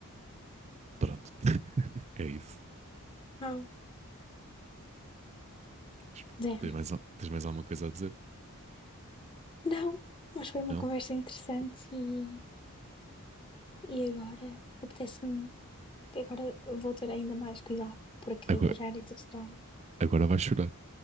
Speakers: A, on the right (about 30°); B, on the left (about 25°).
A: pronto, é isso.
B: Wow.
A: Mas pronto.
B: É,
A: Tens mais, al- tens mais alguma coisa a dizer?
B: Não, mas foi uma
A: Não?
B: conversa interessante e, e agora apetece-me que agora vou ter ainda mais cuidado, porque
A: Agora,
B: já era desastrado.
A: agora vais chorar.